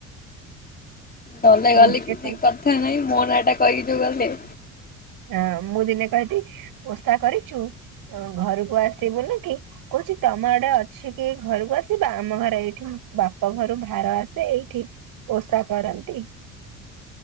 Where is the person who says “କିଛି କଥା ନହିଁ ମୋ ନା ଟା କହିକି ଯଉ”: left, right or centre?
Left